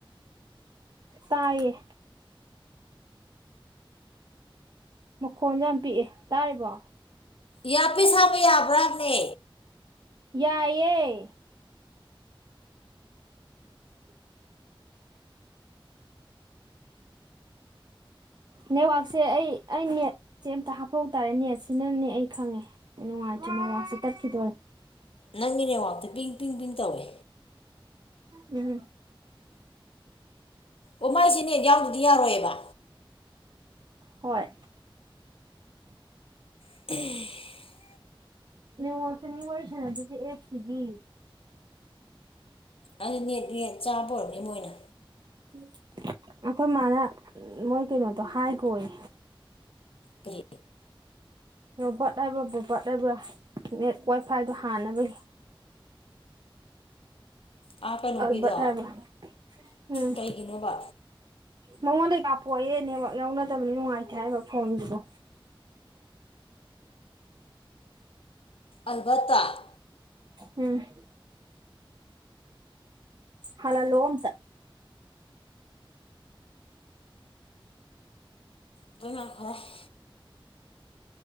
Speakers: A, on the right; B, on the left.
A: ꯇꯥꯏꯌꯦ꯫ ꯃꯈꯣꯟꯗꯣ ꯌꯥꯝ ꯄꯤꯛꯑꯦ ꯇꯥꯔꯤꯕꯣ꯫
B: ꯏꯌꯥꯄꯤꯁ ꯍꯞꯄꯥ ꯌꯥꯕ꯭ꯔꯥ ꯍꯥꯏꯕꯅꯦ꯫
A: ꯌꯥꯏꯌꯦ꯫ ꯅꯦꯠꯋꯥꯛꯁꯦ ꯑꯩ ꯑꯩ ꯅꯦꯠꯁꯦ ꯑꯝꯇ ꯍꯥꯞꯐꯧ ꯇꯥꯔꯦ ꯅꯦꯠ ꯁꯤꯅꯅꯦ ꯑꯩ ꯈꯪꯉꯦ꯫ ꯅꯨꯡꯒꯥꯏꯇꯦ ꯅꯦꯠꯋꯥꯛꯁꯦ ꯇꯠꯈꯤꯗꯣꯔꯦ꯫
B: ꯅꯪꯒꯤ ꯅꯦꯋꯥꯛꯇ ꯄꯤꯡ ꯄꯤꯡ ꯄꯤꯡ ꯇꯧꯋꯦ꯫
A: ꯎꯝ꯫
B: ꯑꯣ ꯃꯥꯏꯁꯤ ꯅꯦꯠ ꯌꯥꯎꯗꯗꯤ ꯌꯥꯔꯣꯏꯌꯦꯕ꯫
A: ꯍꯣꯏ꯫
B: <unintelligible>
A: ꯅꯦꯠꯋꯥꯛꯁꯦ ꯃꯤ ꯋꯥꯔꯤ ꯁꯥꯅꯗꯔ꯭ꯤꯁꯦ ꯑꯦꯠꯁꯀꯤꯗꯤ꯫
B: ꯑꯩ ꯅꯦꯠ ꯆꯥꯕ ꯑꯣꯏꯅꯤ ꯃꯣꯏꯅ꯫
A: <unintelligible> ꯑꯈꯣꯏ ꯃꯥꯅ ꯃꯣꯏ ꯀꯩꯅꯣꯗꯣ ꯍꯥꯏꯈꯣꯌꯦ꯫
B: ꯀꯔꯤ
A: ꯔꯣꯕꯥꯔꯠ ꯍꯥꯏꯕ꯭ꯔ ꯕꯣꯕꯠ ꯍꯥꯏꯕ꯭ꯔꯥ ꯅꯦꯠ ꯋꯥꯏꯐꯥꯏꯗꯣ ꯍꯥꯟꯅꯕꯒꯤ꯫
B: ꯑꯥ ꯀꯩꯅꯣꯒꯤꯗꯣ
A: ꯑꯜꯕ꯭ꯔ ꯍꯥꯏꯕ꯭ꯔ ꯎꯝ꯫
B: ꯀꯩꯒꯤꯅꯣꯕ
A: ꯃꯉꯣꯟꯗꯩ ꯀꯥꯞꯄꯣꯛꯑꯣꯌꯦ ꯅꯦꯠꯋꯥꯛ ꯌꯥꯎꯅꯗꯕꯅꯤꯅ ꯅꯨꯡꯉꯥꯏꯇꯦ ꯍꯥꯏꯕ ꯐꯣꯟꯒꯤꯗꯣ꯫
B: ꯑꯜꯕꯥꯔ꯭ꯠꯇ ꯇꯣ꯫
A: ꯎꯝ꯫ ꯍꯥꯜꯍꯜꯂꯛꯑꯣ ꯑꯝꯇꯥ꯫
B: ꯑꯗꯨꯅ ꯐꯔꯦ꯫